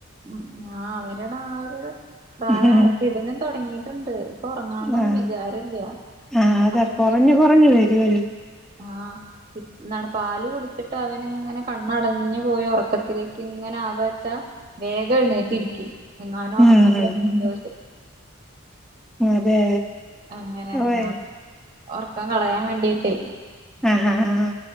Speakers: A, on the right; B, in the centre.
A: ഉം ആ അവരുടെ ആ ഒരു
B: കളിയാ
A: പ്രായാണ്. ഇപ്പ ഇവനും തൊടങ്ങീട്ടുണ്ട്. ഇപ്പ ഒറങ്ങണംന്നൊന്നും
B: ആഹ്
A: വിചാര ഇല്യ.
B: ആഹ് അതാ
A: <unintelligible>
B: കൊറഞ്ഞ് കൊറഞ്ഞ് വരുവല്ലോ
A: ആഹ്. എന്താണ് പാല് കുടിച്ചിട്ട് അവന് ഇങ്ങനെ കണ്ണടഞ്ഞു പോയ ഒറക്കത്തിലേക്ക് ഇങ്ങനെ ആവാച്ച വേഗം എഴുന്നേറ്റിരിക്കും. എങ്ങാനും ഒറങ്ങിയ
B: ഉം
A: <unintelligible>
B: അതെ
A: അങ്ങനെ.
B: ഓയ്
A: ഇന്നാ ഒറക്കം കളയാൻ വേണ്ടിട്ടേ.
B: ആഹ് ആഹ് ആ.